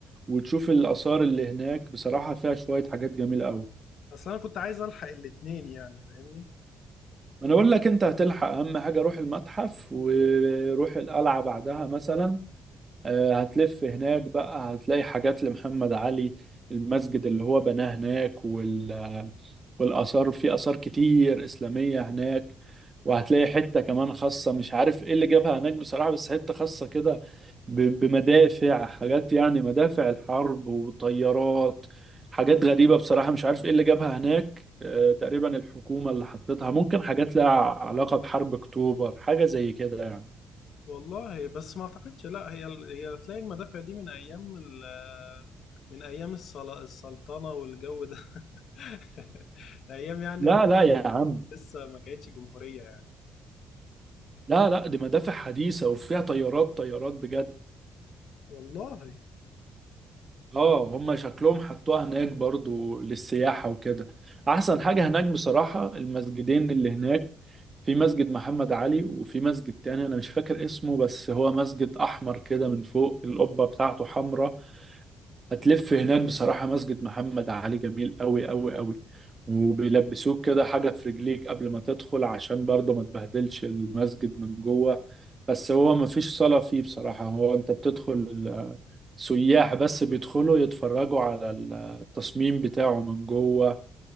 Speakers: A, on the right; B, on the left.
A: وتشوف الآثار اللي هناك بصراحة فيها شوية حاجات جميلة أوي
B: اصلا انا كنت عايز الحق الاتنين يعني فاهمني
A: أنا بقول لك أنت هتلحق أهم حاجة روح المتحف وروح القلعة بعدها مثلا آه، هتلف هناك بقى هتلاقي حاجات لمحمد علي المسجد اللي هو بناه هناك وال والآثار في آثار كتير إسلامية هناك وهتلاقي حتة كمان خاصة مش عارف إيه اللي جابها هناك بصراحة بس حتة خاصة كده ب- بمدافع حاجات يعني مدافع الحرب وطيارات حاجات غريبة بصراحة مش عارف إيه اللي جابها هناك آه، تقريبا الحكومة اللي حطتها ممكن حاجات لها علاقة بحرب أكتوبر حاجة زي كده يعني
B: والله بس ما اعتقدش لا هي هي تلاقي المدافع دي من ايام ال من ايام السلا- السلطنه والجو ده <laughs> ايام يعني
A: لا
B: ال-
A: لا يا عم
B: لسه ما كانتش جمهوريه يعني
A: لا لا دي مدافع حديثة وفيها طيارات طيارات بجد
B: والله
A: اه هم شكلهم حطوها هناك برضو للسياحة وكده احسن حاجة هناك بصراحة المسجدين اللي هناك في مسجد محمد علي وفي مسجد تاني انا مش فاكر اسمه بس هو مسجد احمر كده من فوق القبة بتاعته حمراء هتلف هناك بصراحة مسجد محمد علي جميل قوي قوي قوي وبيلبسوك كده حاجة في رجليك قبل ما تدخل عشان برضه ما تبهدلش المسجد من جوه بس هو ما فيش صلاة فيه بصراحة هو انت بتدخل سياح بس بيدخلوا يتفرجوا على التصميم بتاعه من جوه